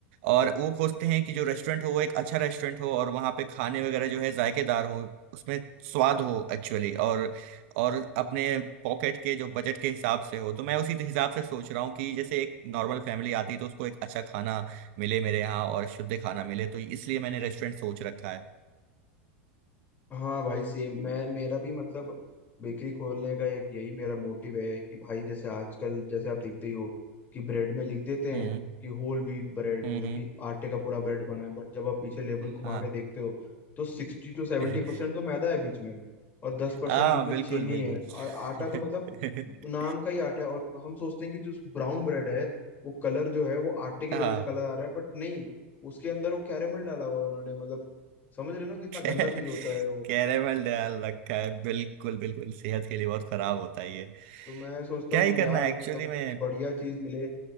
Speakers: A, on the right (about 65°); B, on the left (about 25°).
A: और वो खोजते हैं कि जो रेस्टोरेंट हो वो एक अच्छा रेस्टोरेंट हो और वहाँ पे खाने वगैरह जो है जायकेदार हो उसमें स्वाद हो एक्चुअली और और अपने पॉकेट के जो बजट के हिसाब से हो तो मैं उसी हिसाब से सोच रहा हूँ कि जैसे एक नॉर्मल फैमिली आती है तो उसको एक अच्छा खाना मिले मेरे यहाँ और शुद्ध खाना मिले तो इसलिए मैंने रेस्टोरेंट सोच रखा है
B: हाँ भाई सेम मैं मेरा भी मतलब बेकरी खोलने का एक यही मेरा मोटिव है कि भाई जैसे आजकल जैसे आप देखते ही हो कि ब्रेड में लिख देते हैं
A: हम्म
B: कि होल व्हीट ब्रेड
A: हम्म
B: मतलब
A: हम्म,
B: कि आटे का पूरा ब्रेड बना है बट जब आप पीछे लेबल घुमा
A: हाँ
B: के देखते हो तो सिक्सटी टू सेवेंटी
A: <laughs>
B: परसेंट तो मैदा है बीच में और दस परसेंट
A: हाँ
B: बीच में
A: बिल्कुल
B: चीनी
A: बिल्कुल
B: है और आटा
A: <laughs>
B: तो मतलब नाम का ही आटा है और हम सोचते हैं कि जो ब्राउन ब्रेड है वो कलर जो है वो आटे की वजह
A: हाँ
B: से कलर आ रहा है बट नहीं उसके अंदर वो कैरेमल डाला हुआ है उन्होंने मतलब समझ रहे हो ना कितना
A: <laughs> कै-
B: गंदा चीज होता है वो
A: कैरेमल डाल रखा है बिल्कुल बिल्कुल सेहत के लिए बहुत खराब होता है ये
B: तो मैं सोचता
A: क्या
B: हूँ कि
A: ही
B: यार
A: करना है
B: मतलब
A: एक्चुअली में
B: बढ़िया चीज मिले